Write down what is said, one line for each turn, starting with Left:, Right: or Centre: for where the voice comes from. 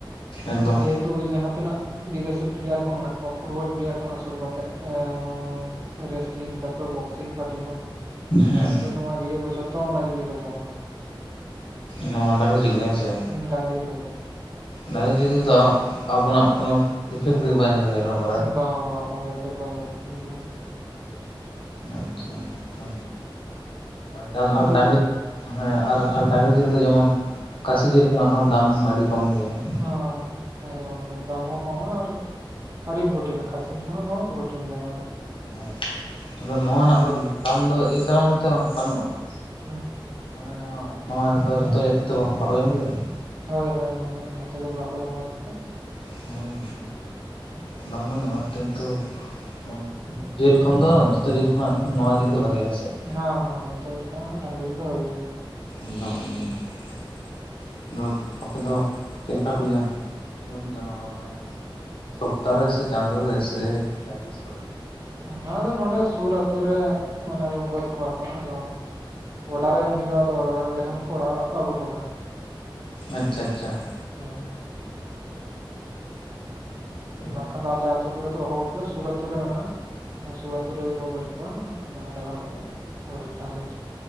Left: ᱮᱠᱫᱚᱢ
Right: ᱡᱮᱦᱮᱛᱩ ᱡᱟᱦᱟᱸ ᱛᱱᱟᱹᱜ ᱵᱤᱫᱮᱥᱤ ᱯᱞᱮᱭᱟᱨ ᱠᱚ ᱢᱮᱱᱟᱼᱜ ᱠᱚᱣᱟᱹ ᱯᱷᱩᱴᱵᱚᱞ ᱯᱞᱮᱭᱟᱨ ᱠᱷᱚᱱᱟᱜ ᱥᱩᱨᱩ ᱠᱟᱹᱛᱮᱫ ᱮᱸᱻ ᱨᱮᱥᱞᱤᱝ ᱛᱟᱨᱯᱚᱨᱮ ᱵᱚᱠᱥᱤᱝ ᱯᱟᱴᱤ ᱠᱚ
Left: ᱦᱩᱸ
Right: ᱛᱟᱨᱯᱚᱨᱮ ᱢᱟᱨ ᱤᱭᱟᱹ ᱠᱚ ᱡᱷᱚᱛᱚ ᱚᱱᱟ ᱡᱤᱞᱤ ᱠᱚ ᱡᱚᱢᱟ ᱾
Left: ᱱᱚᱣᱟ ᱰᱟᱹᱝᱨᱤ ᱡᱤᱞ ᱜᱮ ᱦᱮᱸ ᱥᱮ ᱾
Right: ᱦᱩᱸ ᱰᱟᱹᱝᱨᱤ ᱡᱤᱞ ᱠᱚ ᱡᱚᱢᱟ ᱾
Left: ᱰᱝᱨᱤ ᱡᱤᱞ ᱫᱚ ᱟᱵᱚᱣᱟᱼᱜ ᱠᱳᱱᱳ ᱤᱯᱷᱮᱠᱴ ᱵᱟᱭ ᱧᱩᱨᱟᱹᱣᱟ ᱦᱚᱲ
Right: ᱵᱟᱝᱟ ᱵᱟᱝᱟ ᱠᱚᱱᱳ ᱮᱯᱷᱮᱠᱴ ᱵᱟᱭ ᱧᱩᱨᱩᱭᱼᱟ ᱾
Left: ᱟᱪᱷᱟ, ᱛᱚ ᱰᱟ
Right: ᱟᱫᱚ
Left: ᱰᱟᱝᱨᱤ ᱦᱮᱸ ᱟᱨ ᱟᱨ ᱰᱟᱝᱨᱤ ᱡᱤᱞ ᱫᱚ ᱡᱮᱹᱢᱚᱱ ᱠᱟᱥᱤ ᱡᱤᱞ ᱠᱷᱚᱱᱟᱜ ᱦᱚᱸ ᱫᱟᱢ ᱟᱹᱰᱤ ᱠᱚᱢ ᱜᱮᱭᱟ ᱾
Right: ᱦᱮᱸ ᱮᱠᱫᱚᱢ ᱮᱠᱫᱚᱢ ᱫᱟᱢ ᱦᱚᱸ ᱠᱚᱢ ᱟᱨ ᱟᱹᱰᱤ ᱯᱨᱳᱚᱴᱤᱱᱟ ᱠᱷᱟᱹᱥᱤ ᱡᱤᱞ ᱠᱷᱚᱱᱟᱜ ᱫᱚ ᱦᱟᱸᱜ ᱯᱨᱳᱚᱴᱤᱱ ᱜᱮᱭᱟ ᱚᱱᱟ ᱫᱚ ᱾
Left: <unintelligible> ᱟᱫᱚ ᱱᱚᱣᱟ ᱨᱮᱱᱟᱜ ᱫᱚ ᱫᱟᱢ ᱫᱚ ᱮᱭ ᱠᱟᱨᱚᱱ ᱛᱮ ᱵᱟᱹᱱᱩᱜᱼᱟ ᱾
Right: ᱦᱩᱸ ᱾
Left: ᱢᱟᱹᱱᱮ ᱱᱚᱣᱟ ᱱᱚᱣᱟ ᱫᱚ ᱡᱷᱚᱛᱚ ᱡᱟᱹᱛᱤ ᱛᱚ ᱵᱟᱠᱚ ᱡᱚᱢ ᱜᱮᱭᱟ ᱾
Right: ᱦᱳᱭ ᱦᱳᱭ ᱦᱳᱭ ᱡᱚᱛᱚ ᱡᱟᱹᱛ ᱵᱟᱹᱠᱚ ᱡᱚᱢ ᱠᱷᱟᱛᱤᱨ ᱛᱮ ᱾
Left: <unintelligible> ᱫᱟᱢ ᱵᱟᱹᱱᱩᱜᱼᱟ ᱠᱤᱱᱸᱛᱩ ᱚ ᱡᱤᱞ ᱠᱷᱚᱱ ᱫᱚ ᱡᱚᱛᱚ ᱡᱤᱞ ᱠᱷᱚᱱᱟᱼᱜ ᱫᱚ ᱱᱚᱣᱟ ᱡᱤᱞ ᱜᱮ ᱵᱷᱟᱜᱤᱭᱟ ᱦᱮ ᱥᱮ ᱾
Right: ᱦᱚᱸ ᱦᱚᱸ ᱡᱚᱛᱚ ᱡᱤᱞ ᱠᱚᱷᱚᱱᱟᱜ ᱰᱟᱝᱨᱤ ᱡᱤᱞ ᱜᱮ ᱵᱟᱹᱜᱤᱭᱟ ᱾
Left: ᱮᱠᱫᱚᱢ ᱮᱠᱫᱚᱢ ᱾ ᱟᱫᱚ ᱟᱯᱮ ᱫᱚ ᱪᱮᱫ ᱞᱮᱠᱟᱹ ᱯᱮ <unintelligible> ᱡᱚᱢ ᱜᱮᱭᱟ ᱚᱱᱟ ᱫᱚ ᱢᱟᱹᱱᱮ ᱥᱚᱯᱛᱟᱨ ᱨᱮ ᱥᱮ ᱪᱟᱸᱫᱳ ᱨᱮ ᱥᱮ ᱡᱟᱦᱟᱸ ᱛᱤᱥ ᱠᱚᱨᱮ?
Right: ᱚᱱᱟ ᱫᱚ ᱱᱚᱰᱮ ᱥᱩᱨ ᱟᱛᱳ ᱨᱮ ᱢᱟᱹᱱᱮ ᱜᱚᱡ ᱠᱚᱣᱟ ᱠᱚ ᱟᱫᱚ ᱚᱰᱟᱨ ᱮᱢ ᱦᱩᱭᱩᱜᱼᱟ ᱟᱫᱚ ᱚᱰᱟᱨ ᱮᱢ ᱞᱮᱹᱠᱷᱟᱱ ᱠᱚ ᱚᱲᱟᱜ ᱚᱲᱟᱜ ᱠᱚ ᱟᱹᱜᱩᱚᱴᱚ ᱠᱟᱜᱼᱟ ᱾
Left: ᱟᱪᱪᱷᱟ ᱟᱪᱪᱷᱟ ᱾
Right: ᱦᱚᱭ ᱾
Left: ᱛᱟᱦᱚᱞᱮ
Right: ᱵᱟᱝᱠᱷᱟᱱ ᱫᱚ ᱟᱞᱮ ᱟᱹᱛᱩ ᱠᱚᱨᱮ ᱫᱚ ᱵᱟᱠᱚ ᱜᱚᱡ ᱠᱚᱣᱟ ᱥᱩᱨ ᱟᱹᱛᱩ ᱨᱮ ᱢᱮᱱᱟᱜᱼᱟ, ᱥᱩᱨ ᱟᱹᱛᱩ ᱨᱮᱜᱮ ᱠᱚ ᱜᱚᱡ ᱟᱫᱚ ᱚᱸᱰᱮ ᱠᱷᱚᱱᱟᱜ ᱜᱮ ᱚᱰᱟᱨ ᱛᱟᱦᱮ